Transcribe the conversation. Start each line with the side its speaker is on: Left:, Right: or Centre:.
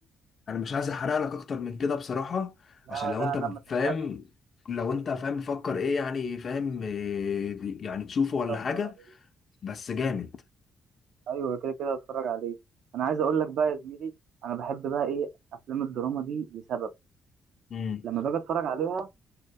Left: انا مش عايز احرق لك اكتر من كده بصراحة
Right: لا
Left: عشان لو
Right: لا
Left: انت
Right: لا ما تحرقش
Left: فاهم لو انت فاهم مفكر ايه يعني فاهم إيه يعني تشوفه ولا
Right: كده اتفرج
Left: حاجة
Right: عليه
Left: بس جامد
Right: ايوه كده كده اتفرج عليه انا عايز اقول لك بقى يا زميلي انا بحب بقى ايه افلام الدراما دي لسبب
Left: امم
Right: لما باجي اتفرج عليها